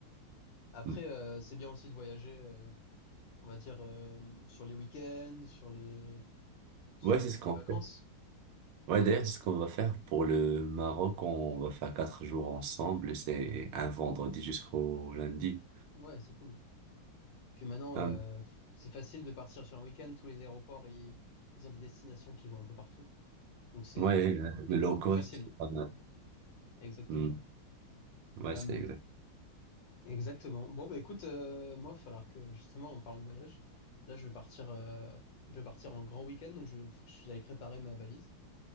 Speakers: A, on the left; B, on the right.
A: après,
B: Mm.
A: euh, c'est bien aussi de voyager, euh, on va dire, euh, sur les week-ends, sur les, sur
B: Ouais, c'est
A: les
B: ce qu'on
A: les vacances.
B: fait. Ouais, d'ailleurs, c'est ce qu'on va faire pour le Maroc. On va faire quatre jours ensemble. C'est un vendredi jusqu'au lundi.
A: Ouais, c'est cool. Puis maintenant, euh,
B: Euh,
A: c'est facile de partir sur un week-end. Tous les aéroports, ils, ils ont des destinations qui vont un peu partout. Donc c'est
B: ouais, euh, le
A: c'est beaucoup
B: low cost,
A: plus facile.
B: c'est pas mal.
A: Exactement.
B: Mm. Ouais,
A: Euh,
B: c'est exact.
A: exactement. Bon, bah écoute, euh, moi, il va falloir que justement on parle de voyage. Là, je vais partir, euh, je vais partir en grand week-end, donc je vais, faut que j'aille préparer ma valise.